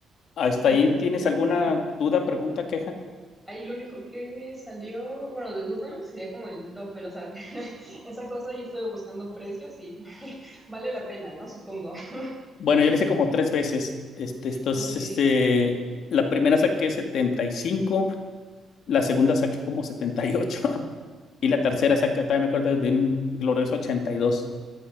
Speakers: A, on the left; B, in the centre.
A: ¿Hasta
B: Y
A: ahí
B: a ver,
A: tienes alguna
B: ajá.
A: duda, pregunta, queja?
B: Ahí lo único que me salió, bueno, de duda sería como el TOEFL, o sea, <laughs> esa cosa yo estuve buscando precios y <laughs> vale la pena, ¿no? Supongo. <laughs>
A: Bueno, yo le hice como tres veces. Este, entonces,
B: Ok,
A: este, la primera saqué setenta y cinco La segunda saqué como setenta y ocho <laughs> y
B: ok.
A: la tercera saqué, también me acuerdo, de un glorioso 82.